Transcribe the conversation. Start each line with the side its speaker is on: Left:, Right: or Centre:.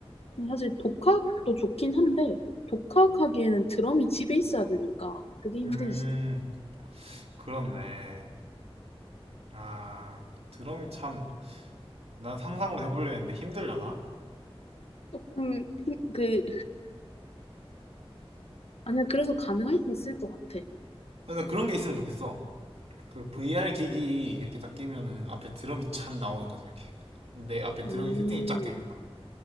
Left: 사실 독학도 좋긴 한데, 독학하기에는 드럼이 집에 있어야 되니까, 그게 힘들지.
Right: 음, 그렇네. 아, 드럼이 참, 난 상상으로 해보려 했는데 힘들려나?
Left: 조금, 힘, 그, 아니야, 그래도 가능할 수 있을 것 같아.
Right: 근데 그런 게 있으면 좋겠어. 그 VR 기기 이렇게 딱 끼면은 앞에 드럼이 찬 나오는 거지, 이렇게. 내 앞에 드럼이
Left: 음,
Right: 세팅이 쫙 돼 있는 거야.